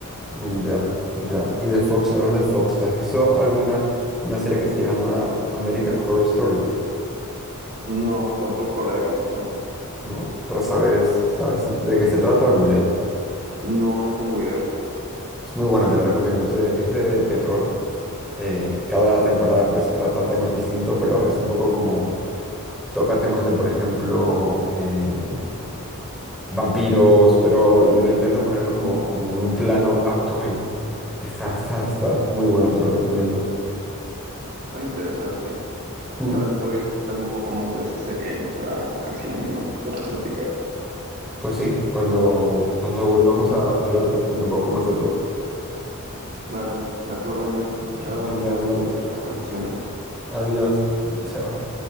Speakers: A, in the centre; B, on the right (about 45°).
A: Mm, Ya, ya. Y de Fox, hablando de Fox, ¿te has visto alguna una serie que se llama American Horror Story?
B: No, tampoco la he visto.
A: ¿No? Pero sabes, sabes de de qué se trata o ni idea.
B: No, no tengo idea.
A: Es muy bueno, te lo recomiendo. Es de, es de terror. Eh, cada temporada pues trata temas distintos, pero es un poco como toca temas de, por ejemplo, eh, vampiros, pero lo intenta poner como, como en un plano actual. Está, está, está muy bueno, te lo recomiendo.
B: Está interesante.
A: Mm.
B: Tal vez podrías contarme un poco más de esa serie en otra ocasión que nos toque platicar.
A: Pues sí, cuando, cuando volvamos a hablar te cuento un poco más de todo.
B: Vale, de acuerdo, Emil.
A: <laughs>
B: Chao,
A: Venga,
B: gracias
A: Marco.
B: por tus recomendaciones.
A: Adiós. Chao.